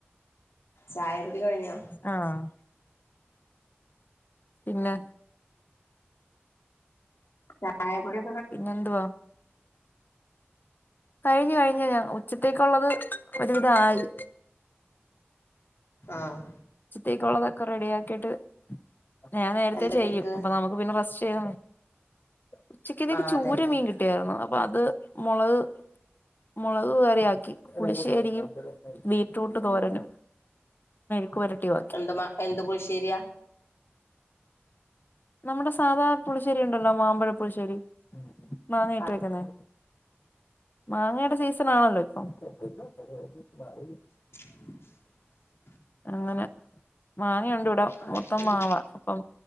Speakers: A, on the left; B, on the left.
A: ചായകുടി കഴിഞ്ഞോ
B: ആഹ് പിന്നെ
A: ചായകുടി
B: പിന്നെന്തുവാ കഴിഞ് കഴിഞ് ഞൻ ഉച്ചത്തേക്കുള്ളത് ഒരുവിധ ആയി
A: ആഹ്
B: ഉച്ചത്തെക്കുള്ളതൊക്കെ റെഡിയ ആക്കിട്ട് ഞാൻ നേരത്തെ
A: എന്ത
B: ചെയ്യും
A: കടിക്ക്
B: അപ്പൊ നമുക്ക് പിന്നെ റസ്റ്റ് ചെയ് ഉച്ചയ്ക്ക്തേക്ക്
A: ആഹ്
B: പിന്നെ ചൂരമീ
A: അതന്നെ
B: കിട്ടി ട്യരുന്നു അപ്പൊ അത് മോളക് മോളക് കറി ആക്കി പുളിശ്ശേരിയും ബീട്ട്റൂട്ട് തോരനും മെഴുക്കുവരട്ടി
A: <unintelligible> എന്ത് പുളിശ്ശേരിയ
B: നമ്മുടെ സാധാ പുളിശേരി ഇണ്ടല്ലോ മാമ്പഴ പുളിശേരി മാങ്ങയിട്ട്
A: ആ
B: വെക്കുന്നേ മാങ്ങയടെ സീസൺ ആണല്ലോ ഇപ്പം <unintelligible>
A: <unintelligible>
B: അങ്ങനെ മാങ്ങയുണ്ട് ഇവിടെ
A: അത്
B: മൊത്തം
A: ശരി
B: മാവാ അപ്പം